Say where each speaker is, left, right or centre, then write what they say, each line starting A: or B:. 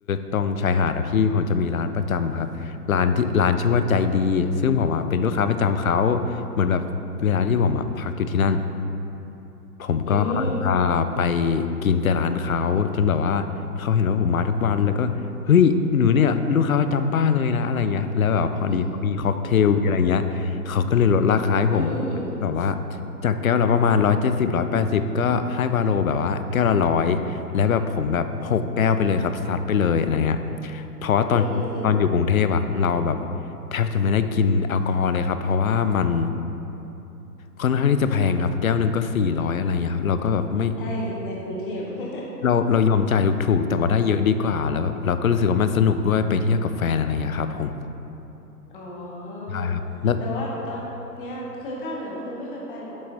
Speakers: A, on the left; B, on the left.
A: ตรงชายหาดอะพี่ผมจะมีร้านประจำครับร้านที่ร้านชื่อว่าใจดีซึ่งผมอะเป็นลูกค้าประจำเขาเหมือนแบบเวลาที่ผมอะพักอยู่ที่นั่น ผมก็จะไป
B: อืม
A: กินแต่ร้านเขาจนแบบว่าเขาเห็นว่าผมมาทุกวันแล้วก็เฮ้ยหนูเนี่ยลูกค้าประจำป้าเลยนะอะไรเงี้ยแล้วแบบพอดีเขามีค็อกเทลมีอะไรเงี้ยเขาก็เลยลดราคาให้ผม
B: อืมอืมอืม
A: แบบว่าจากแก้วละประมาณร้อยเจ็ดสิบร้อยแปดสิบก็ให้วาโลแบบว่าแก้วละร้อยแล้วแบบผมแบบหกแก้วไปเลยครับซัดไปเลยอะไรเงี้ยเพราะว่าตอนตอนอยู่กรุงเทพอะเราแบบ
B: อืมอืมอืม
A: แทบจะไม่ได้กินแอลกอฮอล์เลยครับเพราะว่ามัน ค่อนข้างที่จะแพงครับแก้วหนึ่งก็สี่ร้อยอะไรเงี้ยครับเราก็แบบไม่
B: ใช่ในกรุงเทพ <laughs>
A: เราเรายอมจ่ายถูกๆแต่ว่าได้เยอะดีกว่าแล้วเราก็รู้สึกว่ามันสนุกด้วยไปเที่ยวกับแฟนอะไรเงี้ยครับผม
B: อ๋อ
A: ใช่ครับแล้ว
B: แต่ว่าตอนเนี้ยเคยภาคเหนือก็คือไม่เคยไปเหรอ